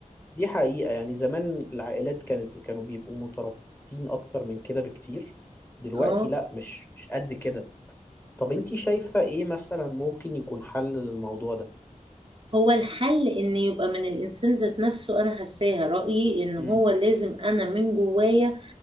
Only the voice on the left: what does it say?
دي حقيقة يعني زمان العائلات كانت كانوا بيبقوا مترابطين اكتر من كده بكتير دلوقتي
لا مش مش قد كده طب انتي شايفة ايه مثلا ممكن يكون حل للموضوع ده
مم.